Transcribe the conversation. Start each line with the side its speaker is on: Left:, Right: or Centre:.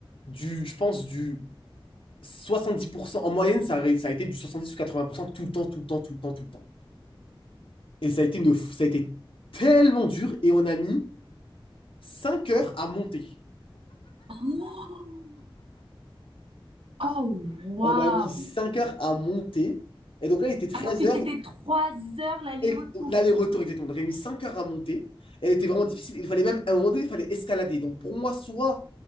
Left: du, je pense, du 70%. En moyenne, ça a, ça a été du 70 ou 80% tout le temps, tout le temps, tout le temps, tout le temps. Et ça a été, une, ça a été tellement dur et on a mis 5 heures à monter.
Right: Oh, oh, waouh!
Left: On a mis 5 heures à monter. Et donc là, il était 13
Right: Alors que
Left: heures.
Right: c'était 3 heures l'aller-retour.
Left: Et l'aller-retour, exactement. Donc, il a mis 5 heures à monter. Elle était vraiment difficile. Il fallait même, à un moment donné, il fallait escalader. Donc pour moi, soit